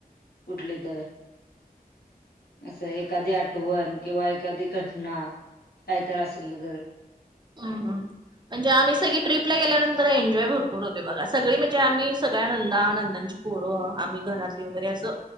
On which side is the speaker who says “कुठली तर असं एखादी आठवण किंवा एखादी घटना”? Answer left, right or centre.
Left